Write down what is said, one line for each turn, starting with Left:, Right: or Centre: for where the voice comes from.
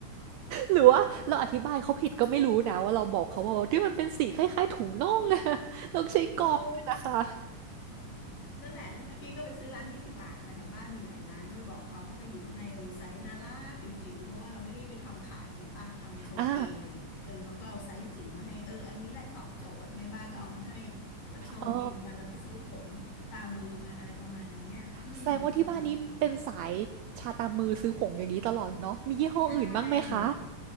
Right: หรือว่าเราอธิบายเขาผิดก็ไม่รู้นะว่าเราบอกเขาว่าที่มันเป็นสีคล้ายๆถุงน่องอะ <laughs> ต้องใช้กรองด้วยนะคะ
Left: เออ นั่นแหละนั่นแหละพี่ก็ไปซื้อร้านยี่สิบบาทแหละค่ะแถวบ้านมีหลายร้านก็ไปบอกเขาเขาก็หยิบมาให้เออไซส์น่ารักจิ๋วๆเพราะว่าเราไม่ได้ไปทำขายจริงป่ะทำชงเองอะไรอย่างเงี้ยเออเขาก็เอาไซส์จิ๋วมาให้เอออันนี้แหละตอบโจทย์แม่บ้านก็เอามาให้
Right: อา
Left: ก็ชงกินกันแล้วก็ซื้อผงตามือมาอะไรประมาณเนี้ยอืมมาทำเอง
Right: อ๋อแสดงว่าที่บ้านนี้เป็นสายชาตามมือซื้อผงอย่างนี้ตลอดเนาะมียี่ห้ออื่นบ้างไหมคะ
Left: ใช่